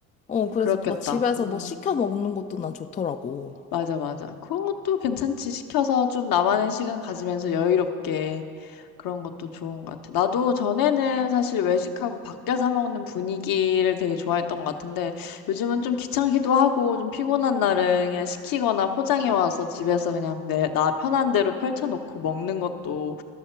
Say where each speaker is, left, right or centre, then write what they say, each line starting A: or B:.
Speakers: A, on the left (about 20°); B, on the left (about 55°).
A: 어, 그래서
B: 그렇겠다.
A: 또 막 집에서
B: 음.
A: 뭐 시켜 먹는 것도 난 좋더라고.
B: 맞아, 맞아. 그런 것도 괜찮지. 시켜서 좀 나만의 시간 가지면서 여유롭게 그런 것도 좋은 것 같아. 나도 전에는 사실 외식하고 밖에서 먹는 분위기를 되게 좋아했던 것 같은데 요즘은 좀 귀찮기도 하고 좀 피곤한 날은 그냥 시키거나 포장해 와서 집에서 그냥 내, 나 편한 대로 펼쳐놓고 먹는 것도